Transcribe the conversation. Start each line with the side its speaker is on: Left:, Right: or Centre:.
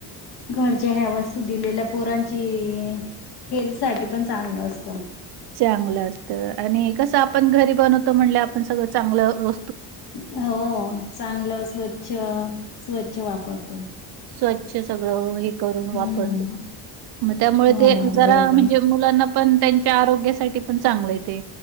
Left: घरच्या ह्या वस्तू दिलेल्या पोरांची हेल्थ साठी पण चांगलं असत.
Right: चांगलं असत आणि कस आपण घरी बनवतो म्हणले आपण सगळं चांगलं व
Left: हो चांगलं स्वच्छ, स्वच्छ वापरतो.
Right: स्वच्छ सगळ हे करून वापर
Left: हम्म
Right: म त्यामुळे
Left: हो
Right: ते जरा
Left: बरोबर
Right: म्हणजे मुलांना पण त्यांच्या आरोग्यासाठी पण चांगलं ते.